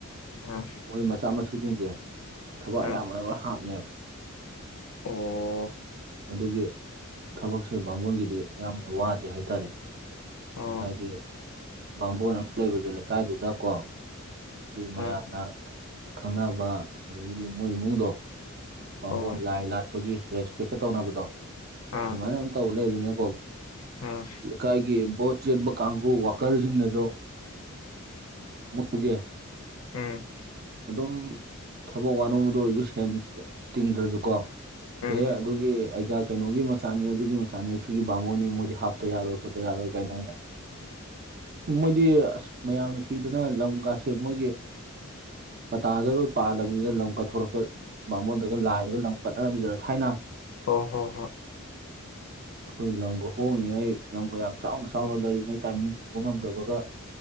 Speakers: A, on the left (about 85°); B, on the right (about 45°).
A: ꯑꯥ
B: ꯃꯣꯏ ꯃꯆꯥ ꯃꯁꯨꯁꯤꯡꯁꯦ ꯊꯕꯛ ꯑꯌꯥꯝꯕꯅ
A: ꯑꯥ
B: ꯂꯣꯏ ꯍꯥꯞꯅꯦꯕ
A: ꯑꯣ
B: ꯑꯗꯨꯒꯤ ꯊꯕꯛꯁꯦ ꯕꯥꯕꯣꯟꯒꯤꯗꯤ ꯌꯥꯝ ꯋꯥꯗꯦ ꯍꯥꯏꯇꯥꯔꯦ
A: ꯑꯣ
B: ꯍꯥꯏꯗꯤ ꯕꯥꯝꯕꯣꯟ ꯑꯃ ꯂꯩꯕꯁꯦ ꯂꯩꯀꯥꯏꯗꯨꯗꯀꯣ ꯗꯨ ꯃꯌꯥꯝꯅ
A: ꯑꯥ
B: ꯈꯪꯅꯕ ꯑꯗꯒꯤꯗꯤ ꯃꯣꯏ ꯏꯃꯨꯡꯗꯣ ꯕꯥꯃꯣꯟ
A: ꯑꯣ
B: ꯂꯥꯏ ꯂꯥꯠꯄꯒꯤ ꯔꯦꯁꯄꯦꯛꯀ ꯇꯧꯅꯕꯗꯣ
A: ꯑꯥ
B: ꯑꯗꯨꯃꯥꯏꯅ ꯑꯗꯨꯝ ꯇꯧ ꯂꯩꯕꯅꯤꯅꯀꯣ
A: ꯑꯥ
B: ꯂꯩꯀꯥꯢꯒꯤ ꯕꯣꯠ ꯆꯦꯟꯕ ꯀꯥꯡꯕꯨꯨ ꯋꯥꯀꯔꯁꯤꯡꯅꯁꯨ ꯃꯣꯏꯖꯦ
A: ꯎꯝ
B: ꯑꯗꯨꯝ ꯊꯕꯛ ꯋꯥꯅꯣꯝꯕꯗ ꯑꯣꯏꯔꯁꯨ ꯁꯦꯟ ꯇꯤꯡꯗ꯭ꯔꯁꯨꯀꯣ
A: ꯎꯝ
B: ꯑꯦ ꯑꯗꯨꯒꯤ ꯑꯩꯒ ꯀꯩꯅꯣꯒꯤ ꯃꯆꯥꯅꯤ ꯑꯗꯨꯒꯤ ꯃꯆꯥꯅꯤ ꯁꯤꯒꯤ ꯕꯥꯃꯣꯟꯅꯤ ꯃꯣꯏꯗꯤ ꯍꯥꯞꯇ ꯌꯥꯔꯣꯏ ꯈꯣꯠꯇ ꯌꯥꯔꯣꯏ ꯀꯥꯏꯅꯅꯦ ꯃꯣꯏꯗꯤ ꯑꯁ ꯃꯌꯥꯝꯅ ꯄꯤꯗꯅ ꯂꯝꯒꯥꯁꯦ ꯃꯣꯏꯒꯤ ꯄꯇꯥꯗ ꯂꯣꯏ ꯄꯥꯜꯂꯕꯅꯤꯗ ꯂꯝ ꯀꯠꯊꯣꯔꯛꯄ ꯕꯥꯃꯣꯟꯗꯒ ꯂꯥꯏꯗꯒ ꯂꯝ ꯀꯠꯅꯔꯝꯃꯤꯗꯅ ꯊꯥꯏꯅ
A: ꯍꯣ ꯍꯣ ꯍꯣꯏ
B: ꯑꯩꯈꯣꯏ ꯂꯝꯒ ꯍꯣꯡꯉꯤꯉꯩ ꯂꯝꯒ ꯌꯥꯝ ꯆꯥꯎꯅ ꯆꯥꯎꯅ ꯂꯩꯔꯤꯉꯩ ꯇꯥꯏꯃꯤꯡ ꯎꯕ ꯉꯝꯗꯕꯒ